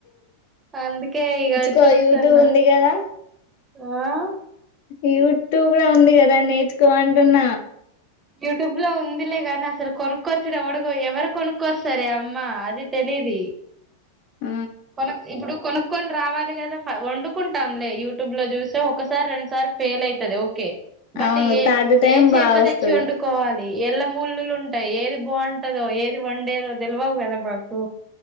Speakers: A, on the right; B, on the left.
A: అందుకే ఇగ
B: తో
A: చూస్తున్నా.
B: యూట్యూబ్ ఉంది కదా
A: ఆ
B: యూట్యూబ్ కూడా ఉంది కదా నేర్చుకో అంటున్న
A: యూట్యూబ్ లో ఉందిలే గాని అసలు కొనుక్కొచూడు ఎవడు ఎవరు కొనుకోస్తారే అమ్మా అది తెలిది
B: ఆ
A: కోనుక్ ఇప్పుడు కొనుక్ కోన్ రావాలి కదా వండుకుంటాంలే యూట్యూబ్ లో చూస్తే ఒకసారి రెండుసార్ ఫెయిల్ అవుతది ఓకే బట్
B: అవును
A: ఏ
B: థర్డ్ టైం
A: ఏ చేప
B: బాగా వస్తది
A: తెచ్చి వండుకోవాలి ఎల్ల మూళ్ళులు ఉంటాయి ఏది బాగుంటదో ఏది వండేదో తెలవవు కదా మాకు